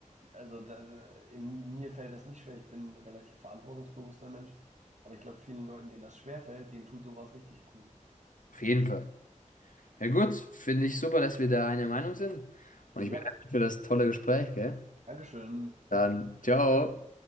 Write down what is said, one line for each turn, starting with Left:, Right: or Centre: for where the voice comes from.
Right: Also da, in, mir fällt das nicht schwer. Ich bin ein relativ verantwortungsbewusster Mensch. Aber ich glaube, vielen Leuten, denen das schwerfällt, denen tut sowas richtig gut.
Left: Auf jeden Fall. Ja, gut, finde ich super, dass wir da einer Meinung sind. Und
Right: Yep.
Left: ich bedanke mich für das tolle Gespräch, gell?
Right: Dankeschön.
Left: Dann, ciao.